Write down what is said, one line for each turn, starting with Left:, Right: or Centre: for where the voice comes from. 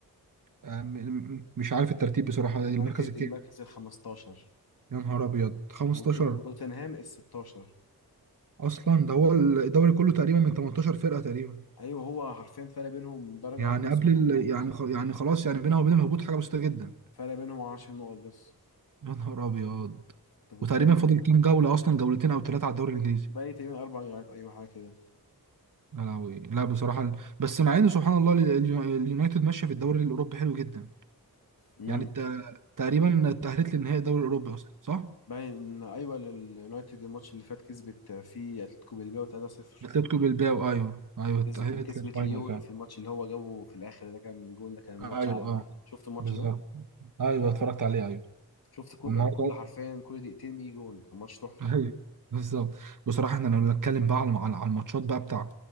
Right: آه، م- م- مش عارف الترتيب بصراحة
Left: اليونايتد
Right: المركز الكام
Left: المركز ال 15
Right: يا نهار أبيض 15
Left: وت- وتوتنهام ال 16
Right: أصلا ده هو الدوري كله تقريبا من 18 فرقة تقريبا
Left: ايوه هو حرفيا فرق بينهم درجه
Right: يعني
Left: واحده بس
Right: قبل
Left: والهبوط
Right: ال... يعني خ... يعني خلاص يعني بينها وبين الهبوط حاجه بسيطه جدا
Left: فرق بينهم 10 نقط بس
Right: يا نهار ابيض
Left: انت متخيل
Right: وتقريبا فاضل كام جوله اصلا جولتين او ثلاثه على الدوري الانجليزي
Left: باقي تقريبا اربع جولات ايوه حاجه كده
Right: يا لهوي لا بصراحه بس مع ان سبحان الله ال- ال- اليونايتد ماشيه في الدوري الاوروبي حلو جدا
Left: امم
Right: يعني الت... تقريبا تاهلت لنهائي الدوري الاوروبي اصلا صح
Left: باين ان ايوه اليونايتد الماتش اللي فات كسبت فيه اتلتيكو بالباو 3-0
Right: اتلتيكو بالباو ايوه ايوه
Left: كسب
Right: تاهلت
Left: وكسبت
Right: للفاينل
Left: ليون
Right: فعلا
Left: في الماتش اللي هو جابه في الاخر ده كان جون ده كان
Right: ايوه
Left: ماتش عالمي
Right: اه
Left: شفت الماتش
Right: بالظبط
Left: ده
Right: ايوه اتفرجت عليه ايوه
Left: شفت كل
Right: والنهارده
Left: يعني كل حرفيا كل دقيقتين بيجي جون كان ماتش تحفه
Right: أيوة، بالظبط بصراحه احنا لو نتكلم بقى على على على الماتشات بقى بتاع